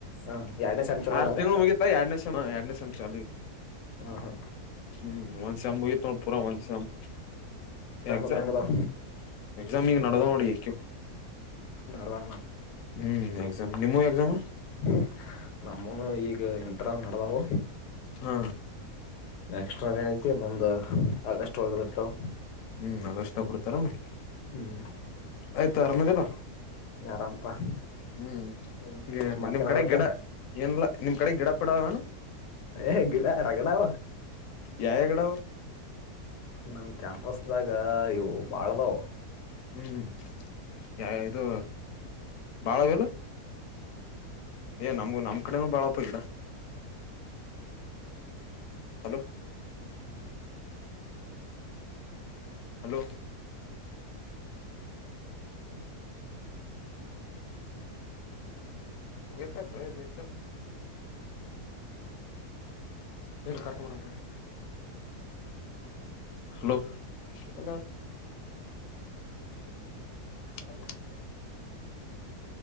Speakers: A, on the left; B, on the left.
A: ಹಾ ಎರಡನೇ ಸೇಮ್ ಚಲೋ
B: ಆರ್
A: ಅನಂಗತ್ತ
B: ತಿಂಗಳು ಮುಗಿತಾ ಎರಡನೇ ಸೆಮ್ ಎರಡನೇ ಸೆಮ್ ಚಾಲು ಈಗ
A: ಹ ಹಾ.
B: ಹ್ಮ್ ಒನ್ ಸೆಮ್ ಮುಗೀತು ಪೂರ ಒನ್ ಸೆಮ್ ಎಕ್ಸಾಮ್.
A: ಅದ ಹೆಂಗದಾವ
B: ಎಕ್ಸಾಮ್ ಈಗ ನದಡವ ನೋಡಿ ಈಗ ಕೆಳ
A: ನಡದಾನ
B: ಹ್ಮ್ ಎಕ್ಸಾಮ್ ನಿಮ್ಮವು ಎಕ್ಸಾಮ್.
A: <inaudible> ನಮ್ಮೂನು ಈಗ ಇಂಟ್ರನಲ್ ನಡದಾವ.
B: ಹ್ಮ.
A: ನೆಕ್ಸ್ಟ್ ಅದೇ ಐತಿ ಮುಂದ್ ಆಗಸ್ಟ್ ಒಳಗ ಇರ್ತಾವ.
B: ಹ್ಮ್ ಅಗಷ್ಟತಗ ಬಿಡ್ತಾರನು.
A: ಹ್ಮ್
B: ಆಯ್ತು ಆರಾಮದಿ ಇಲ್ಲ
A: ಆರಾಮಪಾ
B: ಹ್ಮ್.
A: ಹ್ಮ್
B: ಹ
A: ಮತ್ತೆ
B: ನಿಮ್
A: ನಡದತ್ತ
B: ಕಡೆ ಗಿಡ ಇಲ್ಲಾ ನಿಮ್ ಕಡೆ ಗಿಡ ಪಡಾವನು.
A: ಏ ಗಿಡಾ ರಗಡಾವ.
B: ಯಾವಾಗಿಡವು.
A: ನಮ ಕ್ಯಾಂಪಸದಾಗ ಇವು ಬಾಳ್ದವು.
B: ಹ್ಮ್ ಯಾವವ ಇದು ಬಾಳವಲ. ಏ ನಮ್ ನಮ್ಮ ಕಡೆೇನು ಬಾಳಪ್ಪ ಗಿಡ. ಹಲೋ. ಹಲೋ. ಮುಗೆತಕ ಇಲ್ಲಿ ಇರತನ. ವೀಲ್ ಕಟ ಮಾಡಾಕ ಬಂದೆ ಹಲೋ ಎಲ ಹಲೋ.